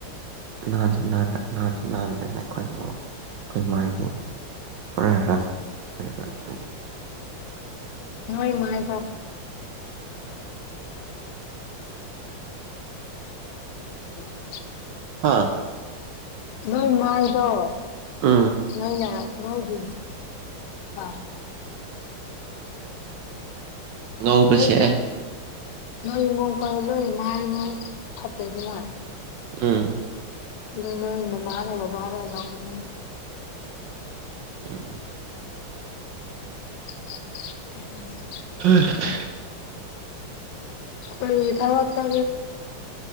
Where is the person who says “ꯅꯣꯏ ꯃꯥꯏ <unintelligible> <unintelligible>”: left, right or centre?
Left